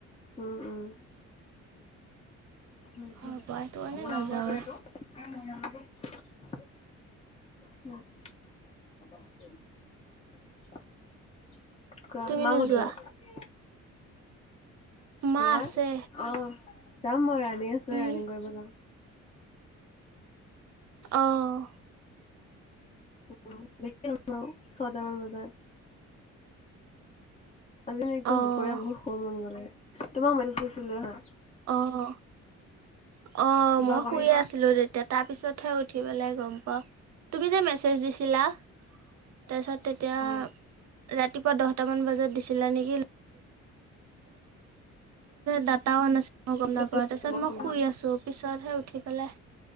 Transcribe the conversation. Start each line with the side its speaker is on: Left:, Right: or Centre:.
Left: উম-উম, মোৰ
Right: ঘৰৰ পৰা সেইটো কাৰণে নাযাওঁৱে।
Left: <unintelligible> উম <unintelligible> বৰ
Right: তুমি
Left: মা
Right: নোযোৱা?
Left: কত গল?
Right: মা
Left: মই
Right: আছে
Left: অ' যাম মই ৰানিং আছো
Right: উম,
Left: ৰানিং কৰিব যাাম।
Right: অ'
Left: উম, দেখি ছটা মান বজাত আজ যে একদম
Right: অ',
Left: দুপৰীয়া বহুত শুব মন গ'লে তোমাক মেছেজ দিছিলোঁ নহয়।
Right: অ-অ
Left: কিবা
Right: মই
Left: কৰি
Right: শুই
Left: আছা
Right: আছিলো তেতিয়া তাৰপিছতহে উঠি পেলাই গম পাওঁ তুমি যে মেচজ দিছিলা। তাৰপিছত তেতিয়া
Left: অ
Right: ৰা ৰাতিপুৱা দহটামান বজাত দিছিলা নেকি ডাটা অন নাছিল। মই গম
Left: তেতিয়া
Right: নাপাওঁ তাৰপিছত মই
Left: সোনকালে
Right: শুই আছো পিছতহে উঠি পেলাই।